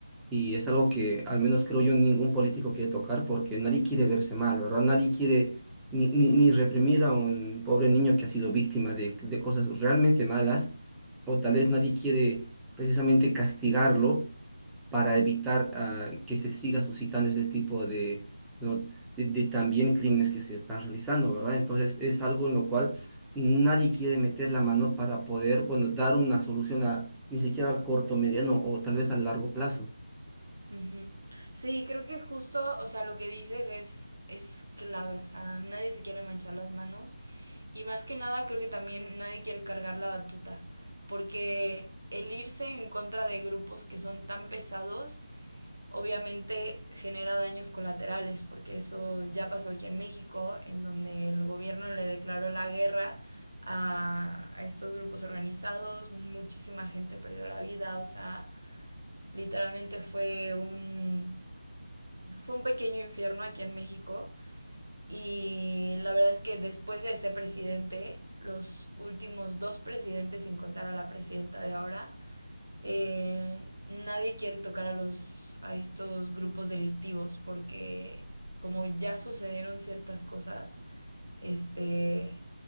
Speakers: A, in the centre; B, on the right (about 65°).
A: y es algo que al menos creo yo ningún político quiere tocar porque nadie quiere verse mal, ¿verdad? Nadie quiere ni, ni, ni reprimir a un pobre niño que ha sido víctima de, de cosas realmente malas o tal vez nadie quiere precisamente castigarlo para evitar ah, que se siga suscitando este tipo de, ¿no? de, de también crímenes que se están realizando, ¿verdad? Entonces es algo en lo cual nadie quiere meter la mano para poder, bueno, dar una solución a ni siquiera al corto, mediano o tal vez al largo plazo.
B: Ujú. Sí, creo que justo, o sea, lo que dices es, es clave, o sea, nadie se quiere manchar las manos y más que nada creo que también nadie quiere cargar la batuta, porque el irse en contra de grupos que son tan pesados obviamente genera daños colaterales, porque eso ya pasó aquí en México, en donde el gobierno le declaró la guerra a, a estos grupos organizados, muchísima gente perdió la vida, o sea, literalmente fue un, fue un pequeño infierno aquí en México. Y la verdad es que después de ese presidente, los últimos dos presidentes, sin contar a la presidenta de ahora, eh, nadie quiere tocar a los a estos grupos delictivos porque como ya sucedieron ciertas cosas, este